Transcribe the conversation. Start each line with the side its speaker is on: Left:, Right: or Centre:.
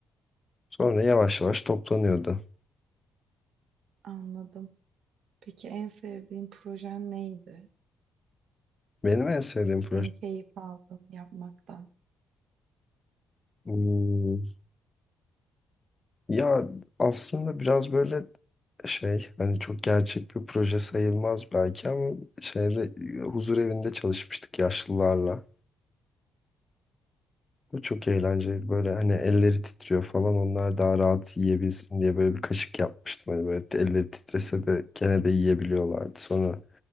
Left: Sonra yavaş yavaş toplanıyordu.
Right: Anladım. Peki en sevdiğin projen neydi?
Left: Benim en sevdiğim proje.
Right: En keyif aldığın yapmaktan.
Left: Hmm, Ya aslında biraz böyle şey hani çok gerçek bir proje sayılmaz belki ama şeyde e, huzur evinde çalışmıştık yaşlılarla. Bu çok eğlenceli böyle hani elleri titriyor falan onlar daha rahat yiyebilsin diye böyle bir kaşık yapmıştım. Hani böyle elleri titrese de gene de yiyebiliyorlardı. Sonra